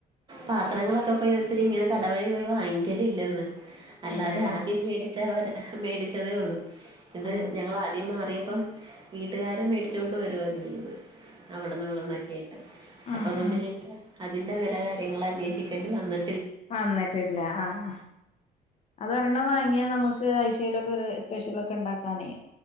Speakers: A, on the right; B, on the left.
A: പത്രങ്ങളൊക്കെപ്പം ഒത്തിരി ഇങ്ങനെ കട വഴി പോയി വാങ്ങിക്കെലില്ലെന്ന്. അല്ലാതെ
B: ഇല്ലല്ലേ
A: ആർക്കെവേണ്ടി. ചവര് മേടിച്ചതെ ഒള്ളു. ഇത്
B: ആഹ്
A: ഞങ്ങളാദ്യം മാറിയപ്പം വീട്ടുകാര്
B: ആഹ്
A: മേടി ച്ചോണ്ട് വര്വാരുന്ന്. അവിടെന്നും ഇവിടന്നൊക്കെ ആയിട്ട്
B: ആഹ്
A: അപ്പം അതോണ്ട് ഇഞ്. അതിന്റെ വെല കാര്യങ്ങള് അന്നെഷിക്കെണ്ടി വന്ന്.
B: വന്നിട്ടില്ല അഹ. അതൊരണ്ണം വാങ്ങിയാ നമുക്ക് ആയ്ശേലൊക്കെ ഒര് സ്‌പെഷലൊക്കെ ഇണ്ടാകാനെ.